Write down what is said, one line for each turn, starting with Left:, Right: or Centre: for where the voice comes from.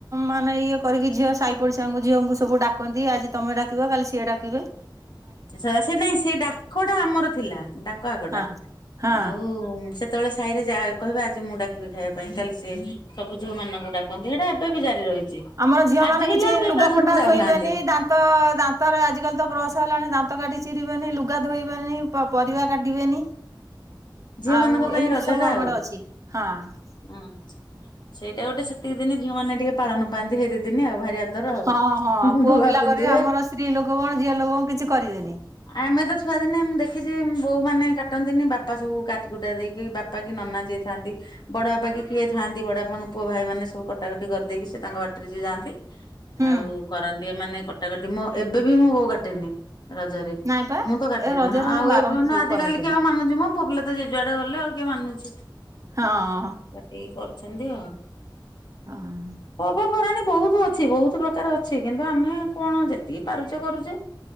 Right: ମାନେ ଇଏ କରିକି ଝିଅ ସାହି ପଡ଼ିସାଙ୍କୁ, ଝିଅଙ୍କୁ ସବୁ ଡାକନ୍ତି, ଆଜି ତମେ ଡାକିବ କାଲି ସିଏ ଡାକ କିି ପାଇଁ?
Left: ସେ ନାଇଁ ସେ ଡାକଟା ଆମର ଥିଲା ଡାକ ଆଗଟା
Right: ହଁ ହଁ
Left: ଆଉ ସେତେବେଳେ ସାହି ରେ ଯାହା କହିବେ ଆଜି ମୁଁ ଡାକିବି ଖାଇବା ପାଇଁ, କାଲି ସିଏ ସବୁ ଝିଅ ମାନଙ୍କୁ ଡାକନ୍ତି ସେଇଟା ଏବେ ବି ଜାରି ରହିଛି।
Right: ଆମର ଝିଅ
Left: ଆଜିକାଲି
Right: ମାନେ କିଛି
Left: ଆଉ କେହି
Right: ଲୁଗାପଟା
Left: କାହା ଘରକୁ ଯାଉନାହାନ୍ତି
Right: ଧୋଇବେନି ଦା ଦ ତ ଦାନ୍ତରେ ଆଜିକାଲି ତ ବ୍ରସ ହେଲାଣି ଦାନ୍ତ କାଟିି ଚିରିବେନି ଲୁଗା ଧୋଇବେନି ପରିବା କାଟିବେନି
Left: ଝିଅ
Right: ଆଉ
Left: ମାନଙ୍କ ପାଇଁ
Right: ଏମିତି
Left: ରଜ
Right: ସବୁ
Left: ଟା
Right: ଆମ
Left: ଆଉ
Right: ଆଡେ ଅଛି ହଁ
Left: ହଁ। ସେଇଟା ଗୋଟେ ସେତିକି ଦିନ ଝିଅ ମାନେ ଟିକେ ପାଳନ ବାନ୍ଧିବେ ଦି ଦିନ ଆଉ ଭାରି ଆଦର ଆଉ।
Right: ହଁ ହଁ ପୁଅ
Left: ନୂଆ
Right: ପିଲା
Left: ପିନ୍ଧିବେ।
Right: କରିବେ ଆମର ସ୍ତ୍ରୀ ଲୋକ କଣ ଝିଅ ଲୋକ କଣ କିଛି କରିବେନି?
Left: ଆମେ ତ ଛୁଆଦିନେ ମୁଁ ଦେଖିଛି ବୋଉମାନେ କାଟନ୍ତିନି ବା ବାପା ସବୁ କାଟିକୁୁଟା ଦେଇକି ବାପା କି ନନା ଯିଏ ଥାଆନ୍ତି। ବଡ ବାପା କି କିଏ ଥାଆନ୍ତି ବଡ ବାପାଙ୍କ ପୁଅ ଭାଇ ମାନ ସବୁ କଟାକଟି କରିଦେଇକି ସେ ତାଙ୍କ ବାଟରେ ଯିଏ ଯାଆନ୍ତି।
Right: ହୁଁ
Left: ଆଉ କରନ୍ତି ମାନେ କଟାକଟି ମୁଁ ଏବେ ବି ମୁଁ ବୋଉ କାଟେନି ରଜରେ
Right: ନାଇଁ ପା
Left: ମୁଁ ତ କାଟନି
Right: ଏ ରଜରେ
Left: ଆଉ
Right: ସେ ମାରନ୍ତି
Left: ଏ
Right: ସବୁ
Left: ଆଜିିକାଲିି
Right: କରନ୍ତିନି
Left: କିଏ ଆଉ ମାନୁଛି ମ? ପୁଅ ପିଲା ତ ଜେଜୁଆଡେ ଗଲେ ଆଉ କିଏ ମାନୁଛି?
Right: ହଁ।
Left: କାଟିକି କରୁଛନ୍ତି
Right: ହଁ
Left: ଆଉ ପରାଣୀ ବହୁତ ଅଛି ବହୁତ ପ୍ରକାର ଅଛି କିନ୍ତୁ ଆମେ କଣ ଯେତିକି ପାରୁଛେ କରୁଛେ?